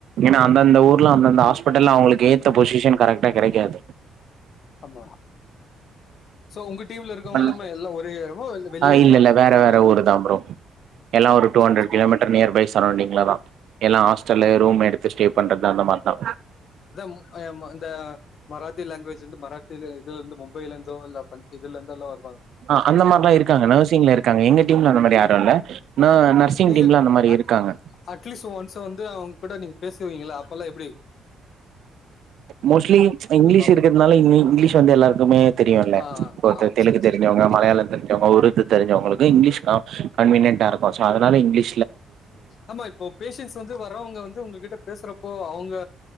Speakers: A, on the right; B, on the left.
A: ஏன்னா அந்தந்த ஊர்லா அந்தந்த ஹாஸ்பிட்டல்ல அவங்களுக்கு ஏத்த பொசிஷன் கரெக்ட்டா கெடைக்காது
B: ஆமா சோ உங்க டீம்ல இருக்கவங்க
A: பண்
B: எல்லாமே எல்லாம் ஒரே இடமா வெளியே
A: ஆ
B: இருக்காங்களா
A: இல்ல இல்ல வேற
B: இப்போ
A: வேற ஊருதா ப்ரோ எல்லா ஒரு டூ
B: சரி
A: ஹண்ட்ரட்
B: சரி
A: கிலோமீட்டர் நியர் பை சரவ்ண்டிங்லதா எல்லா ஹாஸ் டலு ரூம் எடுத்து ஸ்டே பண்றது அந்த மாரிதா
B: அதா மு அ இந்த மராத்தி லாங்குவேஜ் இருந்து மராத்தில இதுல இருந்து மும்பையில இருந்தோ இல்ல பஞ் இதுல இருந்தல்லா வரு
A: ஆ அந்த மாரிதா இருக்காங்க நர்சிங்ல இருக்காங்க எங்க டீம்ல அந்த மாரி யாரு இல்ல ந நர்சிங்
B: நீங்க
A: டீம்ல அந்த மாரி
B: அட்
A: இருக்காங்க
B: அட்லீஸ்ட் ஒன்ஸ் வந்து அவங்க கூட நீ பேசுவீங்கல்ல அப்பல்லா எப்டி
A: மோஸ்ட்லி இங்கிலீஷ்
B: ப்ராப்ளம்
A: இருக்கிறதுனால இ இங்கிலீஷ் வந்து எல்லாருக்குமே தெரியுல்ல
B: ஆ
A: இப்ப
B: ஆ
A: தெ தெலுகு
B: சரி சரி
A: தெரிஞ்சவங்க மலையாள தெரிஞ்சவங்க உருது தெரிஞ்சவங்களுக்கு இங்கிலீஷ் க கன்வீனியன்டா இருக்கு சோ அதனால இங்கிலீ
B: ஆமா இப்போ பேஷன்ட்ஸ் வந்து வர்றவங்க வந்து உங்ககிட்ட பேசுறப்போ அவங் க